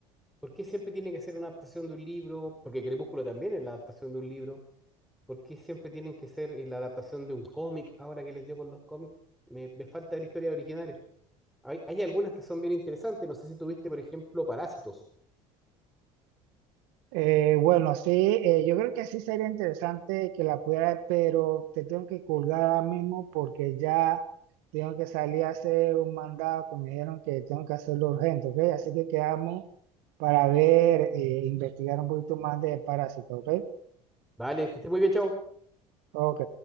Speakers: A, in the centre; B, on the right.
A: ¿por qué siempre tiene que ser una adaptación de un libro? Porque Crepúsculo también es la adaptación de un libro. ¿Por qué siempre tienen que ser eh, la adaptación de un cómic ahora que les dio con los cómics? Me, me falta ver historias originales. Hay, hay algunas que son bien interesantes. No sé si tuviste, por ejemplo, Parásitos.
B: Eh, bueno, sí, eh, yo creo que sí sería interesante que la pudiera ver, pero te tengo que colgar ahora mismo porque ya tengo que salir a hacer un mandado que me dijeron que tengo que hacerlo urgente, ¿ok? Así que quedamos para ver, eh, investigar un poquito más de parásitos, ¿ok?
A: Vale, que esté muy bien, chao.
B: Ok.